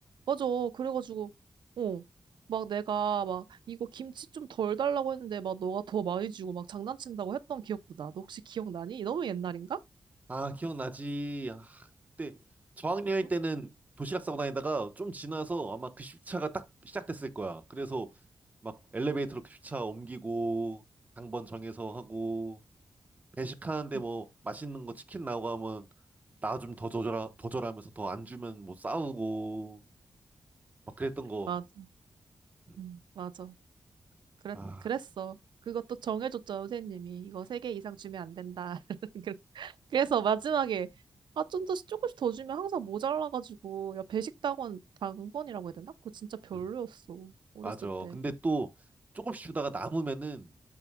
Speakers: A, on the right (about 80°); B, on the right (about 20°).
A: 맞아. 그래가지고, 어, 막 내가 막 이거 김치 좀 덜 달라고 했는데 막 너가 더 많이 주고 막 장난친다고 했던 기억도 나. 너 혹시 기억나니? 너무 옛날인가?
B: 아, 기억나지. 아, 그때 저학년일
A: 응?
B: 때는 도시락 싸고 다니다가 좀 지나서 아마 급식차가 딱 시작됐을 거야. 그래서 막 엘리베이터로 급식차 옮기고 당번 정해서 하고 배식하는데
A: 응,
B: 뭐 맛있는 거 치킨 나오고 하면 나 좀 더 줘라 더 줘라 하면서 더 안 주면 뭐 싸우고 막 그랬던 거.
A: 맞아.
B: 음.
A: 응, 맞아. 그랬,
B: 아,
A: 그랬어. 그것도 정해줬죠, 선생님이. 이거 세 개 이상 주면 안 된다. <laughs> 그래서 마지막에 아, 좀 더 조금씩 더 주면 항상 모자라가지고 야 배식당원 당번이라고 해야 되나? 그거 진짜 별로였어.
B: 음.
A: 어렸을
B: 맞아.
A: 때.
B: 근데 또 조금씩 주다가 남으면은